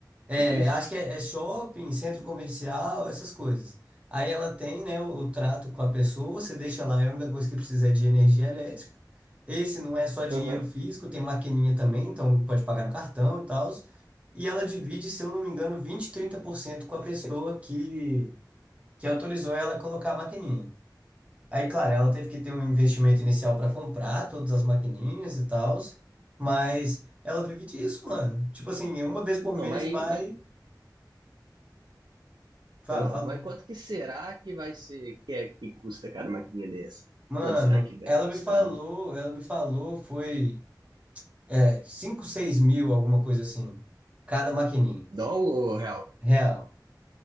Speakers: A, on the right (about 15°); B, on the right (about 75°).
A: é,
B: tipo isso?
A: acho que é, é shopping, centro comercial, essas coisas. Aí ela tem, né, o, o trato com a pessoa, você deixa lá, é a única coisa que precisa é de energia elétrica. Esse não é só dinheiro
B: Aham.
A: físico, tem maquininha também, então pode pagar no cartão e tal. E ela divide, se eu não me engano, vinte trinta por cento com a pessoa que, que autorizou ela a colocar a maquininha. Aí, claro, ela teve que ter um investimento inicial para comprar todas as maquininhas e tal, mas ela vive disso, mano. Tipo assim, uma vez por
B: Então,
A: mês
B: mas,
A: vai,
B: mas
A: fala,
B: Foi mal.
A: fala.
B: Mas quanto que será que vai ser, que é que custa cada maquininha dessa?
A: Mano,
B: Quanto será que deve
A: ela
B: custar,
A: me falou,
B: hein?
A: ela me falou, foi é, 5, 6 mil, alguma coisa assim, cada maquininha,
B: Dólar ou real?
A: real.